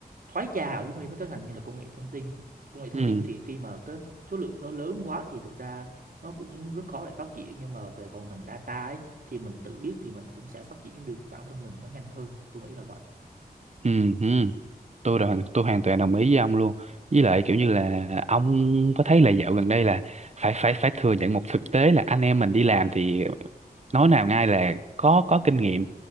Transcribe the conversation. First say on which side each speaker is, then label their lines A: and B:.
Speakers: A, on the right (about 60°); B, on the right (about 45°).
A: thoái trào giống như mấy cái ngành như là công nghệ thông tin công nghệ thông
B: ừ
A: tin thì khi mà cái số lượng nó lớn quá thì thực ra nó cũng rất khó để phát triển nhưng mà về còn ngành data ấy, thì mình tự biết thì mình cũng sẽ phát triển được bản thân mình nó nhanh hơn tôi nghĩ là vậy
B: ừ ừ tôi rồi tôi hoàn toàn đồng ý với ông luôn với lại kiểu như là ông có thấy là dạo gần đây là phải phải phải thừa nhận một thực tế là anh em mình đi làm thì nói nào ngay là có có kinh nghiệm